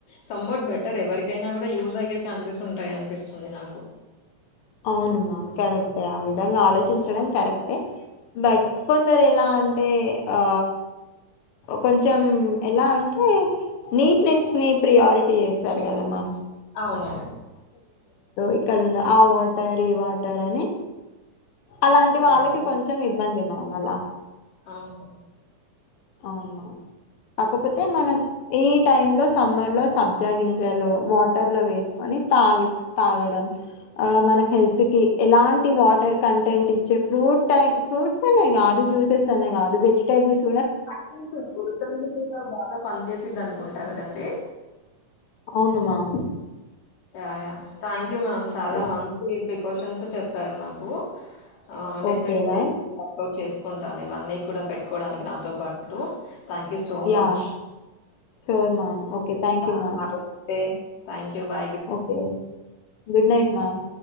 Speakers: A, on the left (about 85°); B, on the left (about 70°).
A: సామ్ హౌ బెటర్ ఎవరికైనా కూడా యూజ్ అయ్యే ఛాన్సెస్ ఉంటాయి అనిపిస్తుంది నాకు
B: అవును మ్యామ్ కరెక్టే ఆ విధంగా ఆలోచించడం కరెక్టే బట్ కొందరు ఎలా అంటే ఆ కొంచెం ఎలా అంటే నీట్నెస్ ని ప్రియారిటీ చేస్తారు కదమ్మా
A: అవును
B: ఇక్కడ ఉండ ఆ వాటర్ ఈ వాటర్ అని అలాంటి వాళ్ళకి
A: ఆ!
B: కొంచెం ఇబ్బంది మమ్ అలా
A: అవునా
B: అవును మ్యామ్ కాకపోతే మనం ఈ టై లో సమ్మర్ లో సబ్జా గింజాలు వాటర్ లో వేసు అని తాగు తాగడం ఆ మన హెల్త్ కి ఎలాంటి వాటర్ కంటెంట్ ఇచ్చే ఫ్రూట్టై ఫ్రూట్స్ అనేగా కి జ్యూసెస్ అనే అదు వెజిటేబల్స్
A: అసలు కూడా బాగా పని చేసిది అనుకుంటా కదండి
B: అవును ma'am
A: yeah yeah thank you ma'am చాలా
B: యా
A: మంచి ప్రికాషన్స్ చెప్పారు నాకు ఆ డెఫినెట్
B: ఓకే
A: గా
B: మ్యామ్
A: ర వర్క్ౌట్ చేసుకుంటాను ఇవన్నీ కూడా పెట్టుకోవడానికి నాతో పాటు thank you so
B: yeah
A: much
B: sure ma'am okay thank
A: yeah
B: you ma'am
A: have a good day thank you bye
B: okay good night ma'am